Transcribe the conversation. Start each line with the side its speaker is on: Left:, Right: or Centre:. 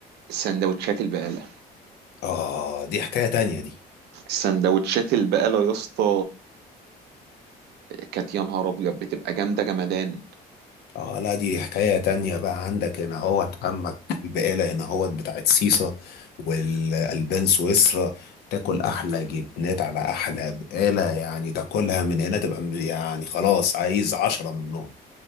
Right: السندوتشات البقاله
Left: اه دي حكاية تانية دي
Right: سندوتشات البقالة يا اسطى كانت يا نهار ابيض بتبقى جامدة جمدان
Left: اه لا دي حكاية تانية بقى عندك هنا هوت عمك البقالة هنا هوت بتاعت سيسا والألبان سويسرا تاكل أحلى جبنات على أحلى بقالة يعني تاكلها من هنا تبقى م- يعني خلاص عايز عشرة منهم